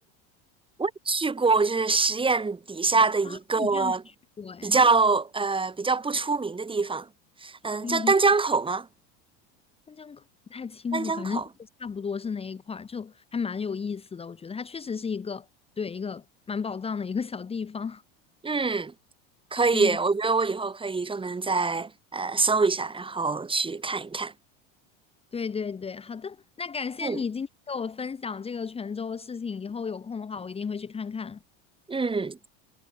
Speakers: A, on the right; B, on the left.
A: 我也去过，就是实验底下的一个
B: 啊！你居然去过哎？
A: 比较呃比较不出名的地方，嗯，
B: 对对，
A: 叫丹江口吗？
B: 但这样可不太清楚，
A: 丹江口，
B: 反正就是差不多是那一块儿，就还蛮有意思的。我觉得它确实是一个对一个蛮宝藏的一个小地方。<laughs>
A: 嗯，可以，
B: 对对
A: 我觉得我以后可以专门再呃搜一下，然后去看一看。
B: 对对对，好的，那感谢你今天给我分享这个泉州的事情，
A: 嗯
B: 以后有空的话我一定会去看看。
A: 嗯，